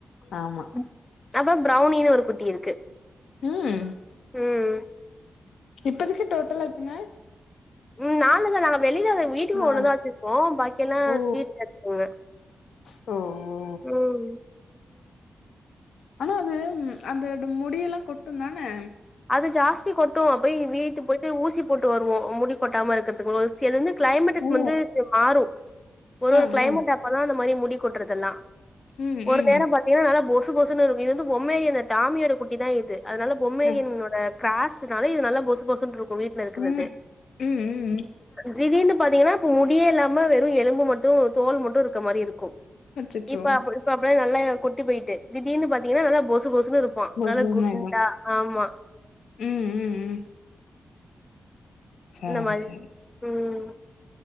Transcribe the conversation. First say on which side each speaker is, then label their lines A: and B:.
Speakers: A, on the left; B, on the left.
A: ஆமா
B: ம் அப்ப பிரவுனினு ஒரு குட்டி இருக்கு
A: ம்
B: ம்
A: இப்போதிக்கு டோட்டலா எத்தன
B: ம் நாாலு தா நாங்க வெளியில வீட்டுக்குள்ள
A: நாலு
B: ஒன்னு தா வச்சிருப்போ பாக்கி எல்லா
A: ஓ
B: சீட்ல இருக்குங்க
A: ஓ ஓ
B: ம்
A: ஆனா அது அந்தட முடியெல்லா கொட்டுந் தானே
B: அது ஜாஸ்தி கொட்டு நா போய் வீட்டு போயிட்டு ஊசி போட்டு வருவோ முடி கொட்டாம இருக்கறதுக்கு சி எதுமே கிளைமேடக்கு
A: ஓ
B: வந்து மாறும் ஒரு
A: ஆ
B: ஒரு கிளைமேட்
A: ஆ
B: அப்பதா அந்த மாரி முடி கொட்டுறதெல்லா
A: ம்
B: ஒரு
A: ம்
B: நேர பாத்தீங்கன்னா நல்லா பொசு பொசுன்னு இருக்கு இது வந்து பொம்மையினு டாமி ஓட குட்டி தா இது அதனால பொம்மேயன்
A: அ
B: இந்த காசுனால இது நல்லா பொசு பொசுனு இருக்கு வீட்டுல இருக்கிறது
A: ம் ம் ம்
B: திடீர்னு பாத்தீங்கன்னா இப்ப முடியே இல்லாம வெறும் எலும்பு மட்டும் தோல் மட்டும் இருக்கற மாரி இருக்கும்
A: அச்சச்சோ
B: இப்ப அப் இப்ப அப்படாம் நல்லா கொட்டி போயிட்டு திடீர்னு பாத்தீங்கன்னா நல்லா‌போசு போசன்னு இரு
A: புஸ்
B: நல்ல
A: புஸ்னு
B: குண்டா
A: ஆயிடு
B: ஆமா
A: ம் ம் ம் சரி
B: இந்த மாரி
A: சரி
B: ம்